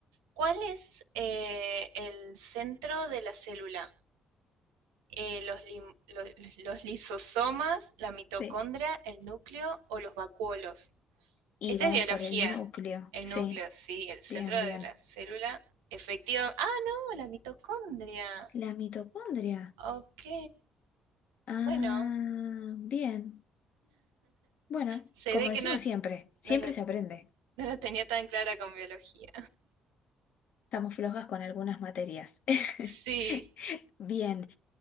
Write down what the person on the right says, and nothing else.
¿Cuál es eh, el centro de la célula? eh, los, lim- lo- los lisosomas, la mitocondria,
el núcleo o los vacuolos.
Esta
es biología.
El
núcleo, sí, el centro
de
la célula. Efectiva. Ah, no, la mitocondria.
Ok.
Bueno,
se
ve que
no,
no la,
no lo tenía tan clara con biología.
Sí,